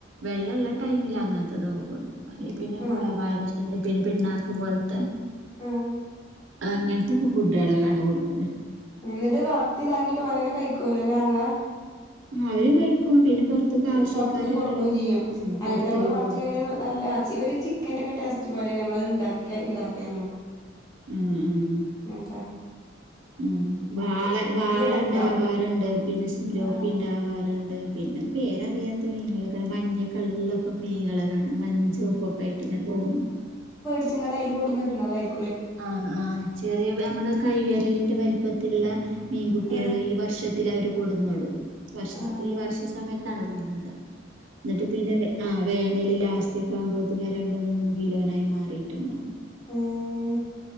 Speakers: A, on the right; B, on the left.
A: വെള്ള ള്ള ടൈമിൽ അങ്ങനത്തതൊക്കെകൊടുക്കു അതെ പിന്നെ
B: ആഹ്
A: കൊള വാഴടെ ചണ്ടി പിന്നെ പിണ്ണാക്ക് പോല്ത്തെ
B: ആഹ്
A: അങ്ങൻത്തെ കൊ ട്ടെടെ കാണാ കൊട്ക്ക് ണ്
B: എന്നിട്ട് വളർ ത്തി താക്കിട്ട് ഓനെന്നെ കയിക്കോ ല്ലോ അൻ്റാങ്ങള
A: അവരും കയിക്കും പിന്നെ പൊറത്ത്ക്ക് ആവശ്യക്കാരുണ്ടാവും
B: പൊർത്ത്ക്ക് കൊട്ക്കും ചെയ്യും
A: ഉം
B: അങ്ങൻത്തെ
A: കൊടുത്തൊക്കെ
B: നമ്മളെ വളർത്ത
A: കൊടുക്കും
B: മീൻ നല്ല അ ചി ഒര് ചി ക്കന്റെ ക്കേ ടേസ്റ്റ് പോലെയ നമ്മളത്ണ്ടക്ക ഇണ്ടാ ക്യാലും
A: ഉം ഉം
B: എന്ത
A: ഉം വാള വാള
B: കൊടുക്ക്ണ്ടാവും
A: ണ്ടാവാറ്ണ്ട് പിന്നെ സിലോപ്പി
B: ആഹ്
A: ണ്ടാവാറ്ണ്ട് പിന്നെ പേരറിയാത്ത മീനുകളൊക്കെ മഞ്ഞ കളറിലൊക്കെ മീനളെ ക മഞ്ഞിം ചോപ്പോക്കായിട്ട്ങ്ങനെ തോന്നും
B: ച്ച് ങ്ങാണ്ട് അയ്ല് കൊട്ന്നിടുന്നതായിരി
A: ആ ആ ചെറിയ അമ്മളെ കൈ വെര്ലിന്റെ വലി പ്പത്തില്ള്ള മീൻകുട്ട്യെള്
B: ആഹ്
A: ഈ വർഷത്തില് അവര് കൊടന്നിടും വർഷസ
B: ആഹ്
A: ഈ വർഷ സമയത്ത് ത്താണ് കൊട്ന്ന്ടാ ന്നിട്ട് പിന്നെ വേ ആഹ് വേനലിലാ ഫസ്റ്റൊക്കെ ആകുമ്പോത്തിന് രണ്ട് മൂന്ന് കിലോനായി മാറിയിറ്റ്ണ്ടാവും
B: ഏഹ്